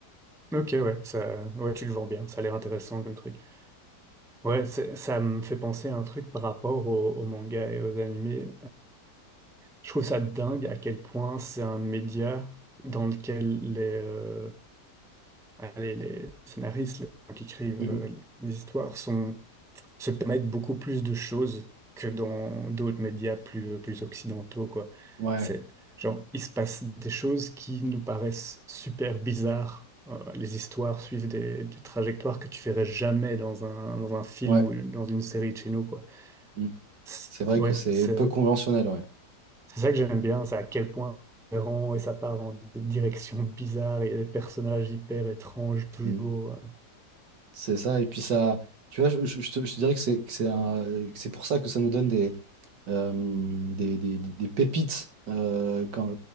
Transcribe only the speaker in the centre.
ok, ouais, ça, ouais, tu le vends bien, ça a l'air intéressant comme truc. Ouais, c'est- ça me fait penser à un truc par rapport au, au manga et aux animés. Je trouve ça dingue à quel point c'est un média dans lequel les, euh, allez, les scénaristes, les gens qui écrivent
euh, les histoires sont, se permettent beaucoup plus de choses que dans d'autres médias plus, euh, plus occidentaux, quoi.
C'est, genre, il se passe des choses qui nous paraissent super bizarres. Euh, les histoires suivent des, des trajectoires que tu verrais jamais dans un, dans un film
ou dans une série de chez nous, quoi.
C'est-
Ouais,
c'est
C'est ça que j'aime bien, c'est à quel point c'est errant et ça part dans des directions bizarres et des personnages hyper étranges toujours.